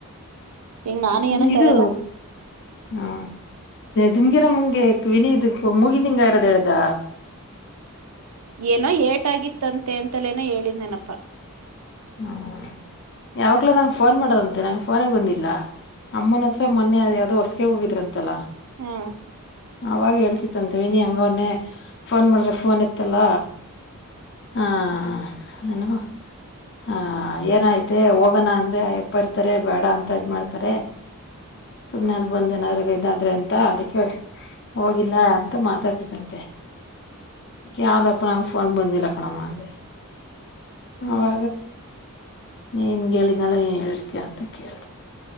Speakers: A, on the right; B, on the left.
A: ಈಗ ನಾನು
B: ವಿನು
A: ಏನೂ
B: ಇದು
A: ತರಲ್ಲ
B: ಹಾ ಧೂಮಗಿರಮ್ಮಂಗೆ ಕ್ಯೂನಿಇದ್ದಿದ ಮುಗಿನಿಂಗ ಇರೋದ ಹೇಳಿದರ.
A: ಏನೋ ಏಟಾಗಿತ್ತಂತೆ ಅಂತಲೇನೋ ಹೇಳಿದನೇನಪ್ಪಾ.
B: ಹ್ಮ. ಯಾವಾಗ್ಲೂ ನಂಗೆ ಫೋನ್ ಮಾಡದಂತೆ ನ ಫೋನ ಬಂದಿಲ್ಲ ಅಮ್ಮನ ಹತ್ರ ಮೊನ್ನೆ ಅದ ಯಾವುದೋ ಹೊಸಗೆ ಹೋಗಿದ್ರ ಅಂತಲ್ಲ.
A: ಹ್ಮ್.
B: ಅವಾಗ ಹೇಳ್ತಿತ್ತಂತೆ ವಿನಿ ಹೆಂಗ ಅವನ್ನೆ ಫೋನ್ ಮಾಡಿದ್ರೆ ಫೋನ್ ಎತ್ತಲ್ಲ ಹಾಂ ಏನು. ಹಾ ಏನಾಯ್ತೆ ಹೋಗಣ ಅಂದ್ರೆ ಎಪ್ಪ ಇರ್ತಾರೆ ಬೇಡ ಅಂತ ಇದ್ ಮಾಡಾತಾರೆ ಸುಮ್ನೆಲ್ ಬಂದ ಏನಾದ್ ಇದಾದ್ರೆ ಅಂತ ಅದಕ್ಕೆ ಹೋಗಿಲ್ಲ ಅಂತ ಮಾತಾಡ್ತಿದಂತೆ ಯಾವ್ದಪ್ಪ ನಂಗ ಫೋನ್ ಬಂದಿಲ್ಲ ಕಣಮ್ಮ ಅಂದೆ. ಹ್ಹಾ ನಿಂಗ ಹೇಳಿದಿನಲ್ಲ ನೀನ್ ಹೇಳರ್ತೀಯ ಅಂತ ಕೇಳ್ದೆ.